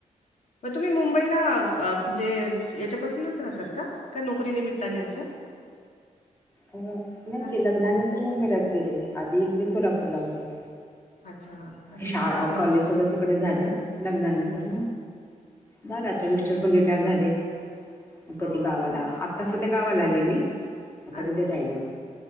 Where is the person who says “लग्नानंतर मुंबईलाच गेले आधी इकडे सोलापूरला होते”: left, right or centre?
Left